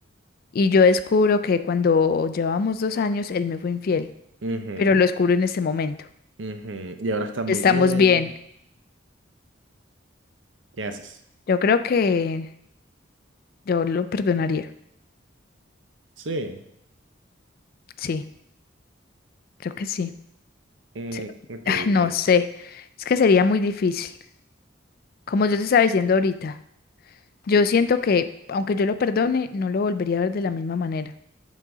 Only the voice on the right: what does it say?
Ujú,
ujú. Y ahora está muy
bien.
¿Qué haces?
Sí.
Mm,
ok,
ok.